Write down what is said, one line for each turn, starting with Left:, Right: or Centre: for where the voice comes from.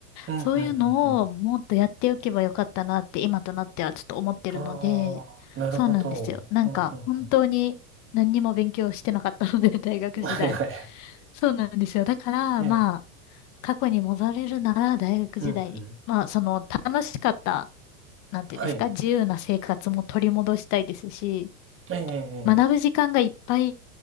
Right: うんうんうん。
Left: そういうのをもっとやっておけばよかったなって今となってはちょっと思ってるので、
Right: ああ、なるほど。
Left: そうなんですよ。なんか本当に何にも勉強してなかったので、
Right: うん、うん、う
Left: <laughs> 大学時代。
Right: ん。はいはい。
Left: そうなんですよ。だから、
Right: ええ、
Left: まあ、過去に戻れるなら大学時代に。
Right: うん、うん。
Left: まあ、その楽しかった、なんていうんですか、
Right: はい。
Left: 自由な生活も取り戻したいですし、
Right: ええ、え
Left: 学ぶ時間がいっぱい
Right: え。